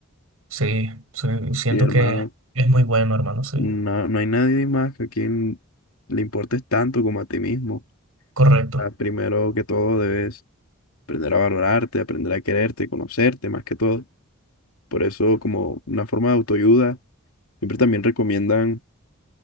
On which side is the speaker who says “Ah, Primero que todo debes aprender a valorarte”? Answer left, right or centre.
Left